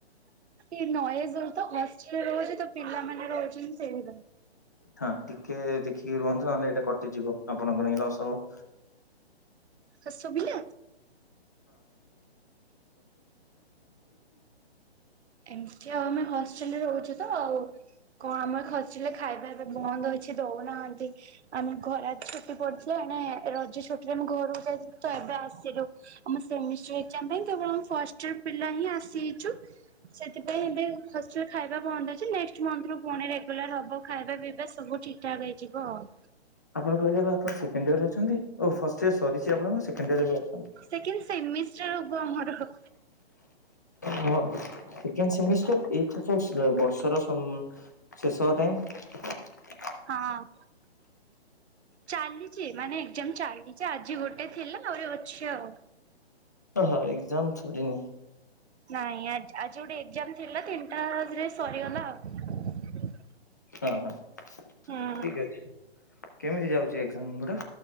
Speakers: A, on the right; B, on the left.
A: ଏ ନଏଜରେ ତ ହଷ୍ଟେଲରେ ରହୁଛି ତ ପିଲାମାନେ ରହୁଛନ୍ତି ସେଇ
B: ହଁ ଟିକେ ଦେଖିକି ରୁହନ୍ତୁ ନହେଲେ ଏଇଟା କଟିଯିବ ଆପଣଙ୍କୁ ନେଇ ଅସବ
A: ତ ଶୁଭିଲା।
B: ହ
A: ଏମତି ଆଉ ଆମେ ହଷ୍ଟେଲରେ ରହୁଛୁ ତ ଆଉ କଣ ଆମର ହଷ୍ଟେଲରେ ଖାଇବାଏବେ ବନ୍ଦ ହେ କିଛି ଦଉନାହାନ୍ତି ଆମେ ଖରା ଛୁଟି ପଡିଥିଲା ଏଣେ ରଜ ଛୁଟିରେ ଆମେ ଘରକୁ ଯାଇଥିଲୁ ଏବେ ଆସିଲୁ ଆମେ ସେମିଷ୍ଟାର ଏକ୍ଜାମ ପାଇଁ କେବଳ ଆମେ ଫାଷ୍ଟୟର ପିଲାହିଁ ଆସିଚୁ। ସେଥିପାଇଁ ଏବେ ଫାଷ୍ଟ ୟର ପିଲା ଖାଇବା ବନ୍ଦ ଅଛି ନେଷ୍ଟ ମନ୍ଥରୁ ପୁଣି ରେଗୁଲାର ହବ ଖାଇବା ପିଇବା ସବୁ ଠିକ ଠାକ ହେଇଯିବ ଆଉ
B: ଆପଣ କହିଲେ ବା ଆପଣ ସେକେଣ୍ଡ ଇୟରରେ ଅଛନ୍ତି ଓ ଫାଷ୍ଟୟର ସରିଛି ଆପଣ ସେକେଣ୍ଡ ଇୟର
A: ସେକେଣ୍ଡ ସେମିଷ୍ଟାର ହବ ଆମର।
B: ହଁ, ସେକେଣ୍ଡ ସେମିଷ୍ଟାର ଏଇ ବର୍ଷର ଶେଷ ଟାଇମ।
A: ହଁ ଅଁ, ଚାଲିଛି ମାନେ ଏକ୍ଜାମ ଚାଲିଛି ଆଜି ଗୋଟେ ଥିଲା ଆହୁରି ଅଛି ଆଉ।
B: ଓ ହ ଏକ୍ଜାମ ସରିିନି।
A: ନାଇଁ ଆଜି ଗୋଟେ ଏକ୍ଜାମ ଥିଲା ତିନିଟାଜିରେ ସରିଗଲା ଆଉ।
B: ହଁ ହଁ
A: ହୁଁ।
B: ଠିକ ଅଛି କେମିତି ଯାଉଛି ଏକ୍ଜାମ ଗୁଡା।